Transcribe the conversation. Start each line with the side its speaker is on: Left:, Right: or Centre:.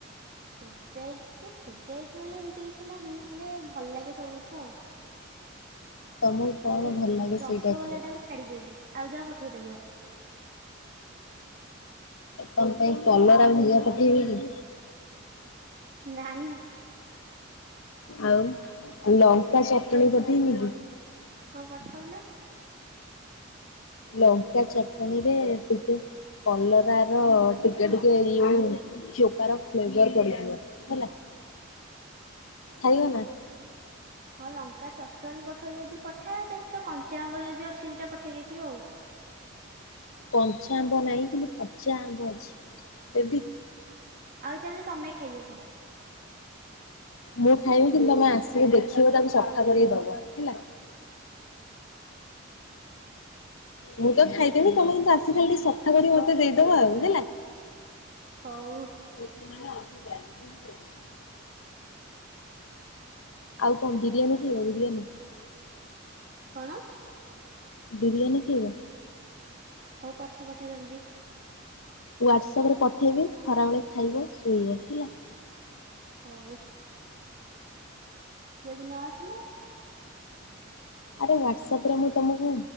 Right: ଫେବରାଇଟା ଫେବରାଇଟ୍ ବୋଲି ଏମତି କିଛି ନାହିଁ ହେଲେ ଭଲ ଲାଗେ ସବୁ ମିଠା ଆଉ।
Left: ତମକୁ କଣ
Right: ଚାଲେ
Left: ଭଲଲାଗେ
Right: ରସଗୋଲା
Left: ସେଇଟା କୁହେ?
Right: ଟାକୁ ଛାଡି ଦେଇକି ଆଉ ଯାହା ପଠେଇ ପାରିବ।
Left: ତମ ପାଇଁ କଲରା ଭଜା ପଠେଇବେ କି?
Right: ନାଇଁ।
Left: ଆଉ ଲଙ୍କା ଚଟଣି ପଠେଇମି କି?
Right: ହଁ ପଠୋଉନ।
Left: ଲଙ୍କା ଚଟଣିରେ ଟିକେ କଲରାର ଟିକେ ଟିକେ ଇଏ ଚୋପାର ଫ୍ଲେଭର ପଡିଥିବ ହେଲା।
Right: <inaudible>
Left: ଖାଇବ ନା?
Right: ହଁ ଲଙ୍କା ଚଟଣି ପଠୋଉଚୁ ଯଦି ପଠା ତା ସହିତ କଞ୍ଚା ଆମ୍ବ ଯଦି ଅଛି ଦିଇଟା ପଠେଇ ଦେଇଥିବୁ ଆଉ।
Left: କଞ୍ଚା ଆମ୍ବ ନାଇଁ କିନ୍ତୁ ପଚା ଆମ୍ବ ଅଛି ଦେବି?
Right: ଆଉ ତାହାଲେ ତମେ ଖାଇଦିଅ ସେଇଟା।
Left: ମୁଁ ଖାଇବି କିନ୍ତୁ ତମେ ଆସିବ ଦେଖିବ ତାକୁ ସଫା କରିକି ଦବ ହେଲା। ମୁଁ ତ ଖାଇଦେବି ତମେ କିନ୍ତୁ ଆସିକି ଏଠି ସଫା କରିକି ମତେ ଦେଇଦବ ଆଉ ହେଲା।
Right: ହୋଉ।
Left: <inaudible> ଆଉ କଣ ବିରିୟାନୀ ଖାଇବ ବିରିୟାନୀ?
Right: କଣ?
Left: ବିରିୟାନୀ ଖାଇବ?
Right: ହୋଉ ପଠା ପଠା ଜଲଦି।
Left: ହ୍ଵାଟସଆପରେ ପଠେଇବି ଖରାବେଳେ ଖାଇବ ଶୋଇବ ହେଲା।
Right: ହୋଉ। ଯଦି ନ ଆସିଲା?
Left: ଆରେ ହ୍ୱାଟସଆପରେ ମୁଁ ତୁମକୁ